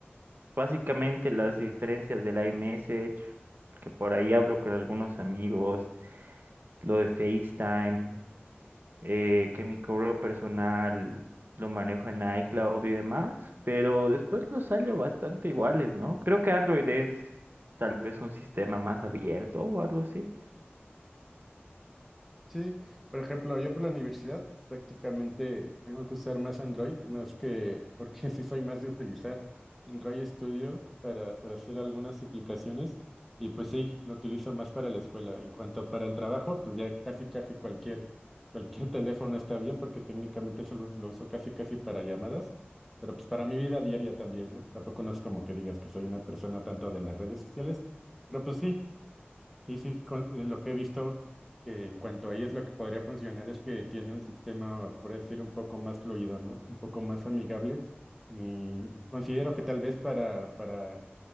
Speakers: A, on the right; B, in the centre.
A: básicamente las diferencias del iMessage, que por ahí hablo con algunos amigos, lo de FaceTime, eh, que mi correo personal lo manejo en iCloud y demás, pero después los salió bastante iguales, ¿no? Creo que Android es tal vez un sistema más abierto o algo así.
B: Sí, por ejemplo, yo por la universidad prácticamente tengo que usar más Android, más que porque <laughs> sí soy más de utilizar Android Studio para, para hacer algunas aplicaciones y pues sí, lo utilizo más para la escuela. En cuanto para el trabajo, pues ya casi casi cualquier, <laughs> cualquier teléfono está bien porque técnicamente solo us- lo uso casi casi para llamadas, pero pues para mi vida diaria también, ¿no? Tampoco no es como que digas que soy una persona tanto de las redes sociales, pero pues sí. Sí, sí, con- eh, lo que he visto que en cuanto a ellos lo que podría funcionar es que tiene un sistema, por decir, un poco más fluido, ¿no? Un poco más amigable. Y considero que tal vez para, para,